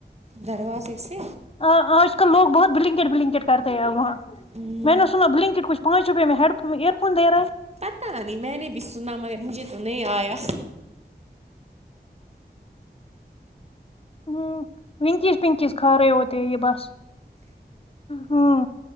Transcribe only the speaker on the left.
ہاں آج کل لوگ بہت بلنکٹ بلنکٹ کرتے ہیں آ وہاں
میں نے سنا بلنکٹ کچھ پانچ روپیہ میں ہیڈ فون ایئر فون دےرہا ہے
ہوں ونکیس پنکیس کھار ہوتے ہے یہ بس ہاں